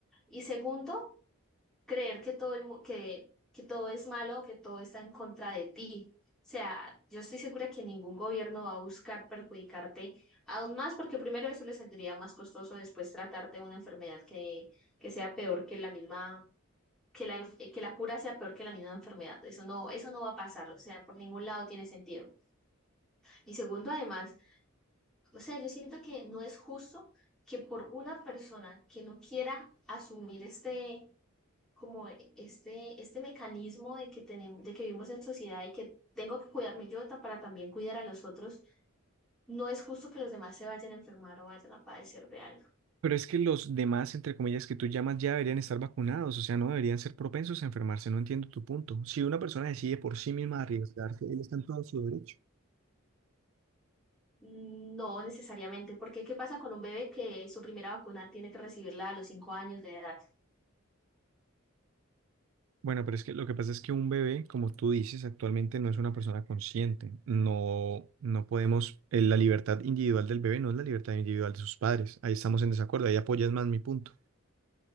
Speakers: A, in the centre; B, on the right.
A: Y segundo, creer que todo el, mu- que, que todo es malo, que todo está en contra de ti. O sea, yo estoy segura que ningún gobierno va a buscar perjudicarte aún más, porque primero eso le saldría más costoso después tratarte de una enfermedad que, que sea peor que la misma, que la, enf- que la cura sea peor que la misma enfermedad. Eso no, eso no va a pasar, o sea, por ningún lado tiene sentido. Y segundo, además, o sea, yo siento que no es justo que por una persona que no quiera asumir este como este, este mecanismo de que tenemos, de que vivimos en sociedad y que tengo que cuidarme yo ta- para también cuidar a los otros, no es justo que los demás se vayan a enfermar o vayan a padecer de algo.
B: Pero es que los demás, entre comillas, que tú llamas ya deberían estar vacunados, o sea, no deberían ser propensos a enfermarse, no entiendo tu punto. Si una persona decide por sí misma arriesgarse, él está en todo su derecho.
A: Mm, No necesariamente, porque ¿qué pasa con un bebé que su primera vacuna tiene que recibirla a los cinco años de edad?
B: Bueno, pero es que lo que pasa es que un bebé, como tú dices, actualmente no es una persona consciente. No, no podemos, eh, la libertad individual del bebé no es la libertad individual de sus padres. Ahí estamos en desacuerdo, ahí apoyas más mi punto.